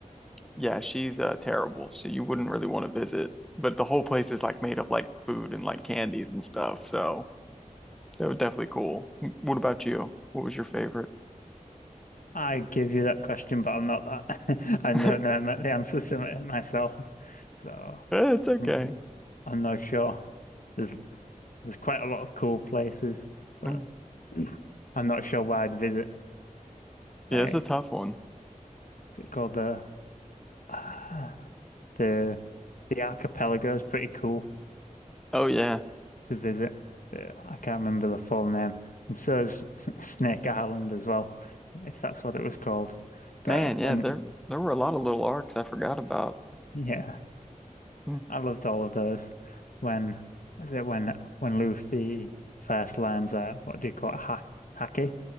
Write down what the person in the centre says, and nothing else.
yeah, she's uh terrible, so you wouldn't really want to visit. But the whole place is like made of like food and like candies and stuff. So that was definitely cool. W- What about you? What was your favorite?
<laughs>
Eh, It's okay.
<clears throat>
Mm.
Yeah,
it's a tough one.
Oh yeah.
Man, yeah,
there there were a lot of little arcs I forgot about.
Mm.